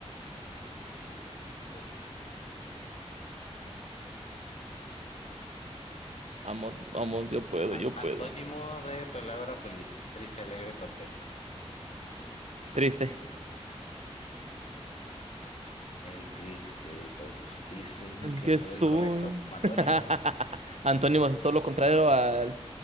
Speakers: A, on the left; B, on the right.
A: Pues sí, facilito.
B: Vamos, vamos, yo puedo,
A: An-
B: yo puedo.
A: antónimo de palabra feliz, triste, alegre, contento.
B: Triste.
A: El triste, todos dicen
B: ¿En
A: que
B: qué
A: soy
B: soy?
A: correcto, antónimo,
B: <laughs> Antónimos es todo lo contrario al-